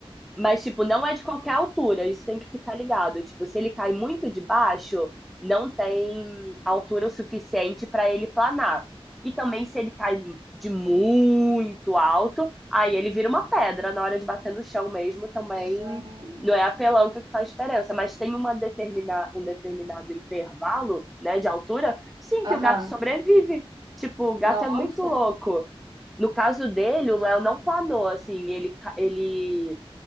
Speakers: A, in the centre; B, on the right (about 45°).
A: Mas, tipo, não é de qualquer altura, isso tem que ficar ligado. Tipo, se ele cai muito de baixo, não tem altura o suficiente para ele planar. E também, se ele cai de muito alto, aí ele vira uma pedra na hora de bater no chão mesmo. Também
B: Gente.
A: não é a pelanca que faz diferença, mas tem uma determina, um determinado intervalo, né, de altura, sim,
B: Aham.
A: que o gato sobrevive. Tipo, o gato
B: Nossa.
A: é muito louco. No caso dele, o Léo não planou, assim, ele, ele